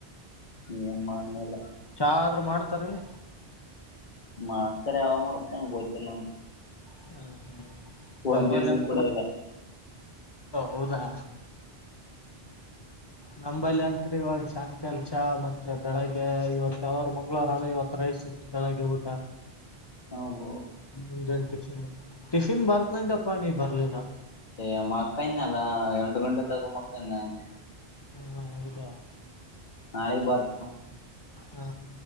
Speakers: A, on the left; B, on the left.
A: ಈನು ಮಾಡಣ್ಣೇಲ್ಲ
B: ಚಾ ಆದ್ರರು ಮಾಡ್ತಾರಿಲ್ಲ
A: ಮಾಡ್ತಾರೆ ಯಾವಾಗ ಮಾಡತ್ರ ನಂಗೆ ಗೋಯ್ತಲ್ಲ
B: ಹೂ ಹೂ ನಂಬಲ್ಲಿ
A: ಒಂದ್ ದಿವ್ಸನ್
B: ಒಂತ
A: ಕೊಡೋದಿಲ್ಲ
B: ಹೌದಾ ನಂಬಲ್ಲಿ ಅಂತತ್ೀ ಇವಾಗ ಸಾಯಂಕಾಲ ಚಾ ಮತ್ತೆ ಬೆಳಗ್ಗೆ ಇವತ್ ಯಾವರು ಮಂಗ್ಳೂರಲ್ಲ ಇವತ್ ರೈ ಸಿ ಬೆಳಗೆ ಊಟ
A: ಹಬ
B: ಮುಂಜಾನ ಟಿಫಿನ್ ಟಿಫಿನ್ ಬರ್ತ್್ದಪ್ಪ ನೀ ಬರ್ಲಿಲ್ಲ
A: ಏ ಮಕ್ಕನ್ನ ಅಲ್ಲಾ ಎಂಡಕೊಂಡ ತ ಮಕ್ಕಂದನೆ ನಾನು
B: ಹಾ ಇದ
A: ನಾಳಗ್ ಬಾರ್ನು
B: ಹಾ